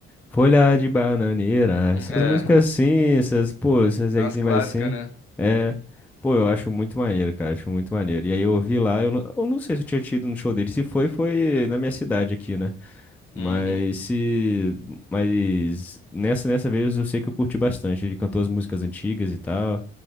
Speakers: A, in the centre; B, on the left (about 50°).
A: Folha de Bananeira.
B: <laughs>
A: Essas
B: É,
A: músicas assim, essas, pô, essas
B: as
A: rimas
B: clássicas,
A: assim.
B: né?
A: É. Pô, eu acho muito maneiro, cara. Acho muito maneiro. E aí eu ouvi lá, eu não, eu não sei se eu tinha tido no show dele. Se foi, foi na minha cidade aqui, né? Mas
B: Uhum,
A: se. Mas nessa, nessa vez eu sei que eu curti bastante. Ele cantou as músicas antigas e tal.